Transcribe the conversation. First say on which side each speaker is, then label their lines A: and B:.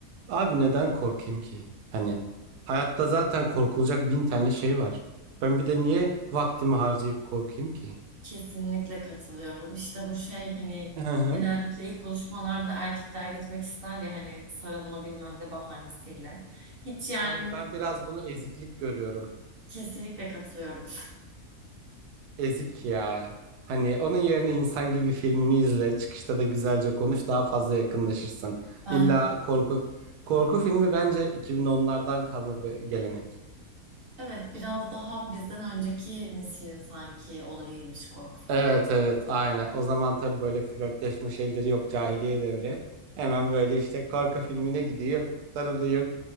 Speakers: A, on the right; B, on the right.
A: Abi neden korkayım ki? Hani hayatta zaten korkulacak bin tane şey var. Ben bir de niye vaktimi harcayıp korkayım ki?
B: Kesinlikle katılıyorum. İşte bu şey hani
A: Hı hı.
B: genellikle ilk buluşmalarda erkekler gitmek ister ya hani sarılma bilmem ne bahanesiyle. Hiç yani
A: Yani ben biraz bunu eziklik görüyorum.
B: kesinlikle katılıyorum.
A: Ezik ya. Hani onun yerine insan gibi filmini izle. Çıkışta da güzelce konuş. Daha fazla yakınlaşırsın.
B: Bence
A: İlla
B: de.
A: korku korku filmi bence 2010'lardan kalma bir gelenek.
B: Evet biraz daha bizden önceki neslin sanki olayıymış korku filmi.
A: Evet evet aynen. O zaman tabii böyle flörtleşme şeyleri yok cahiliye devri. Hemen böyle işte korku filmine gideyim, sarılayım.